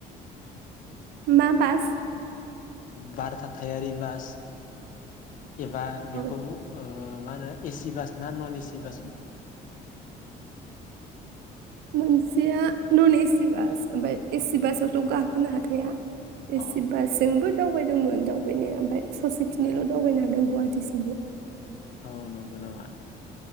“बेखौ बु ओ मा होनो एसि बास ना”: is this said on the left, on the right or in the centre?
Left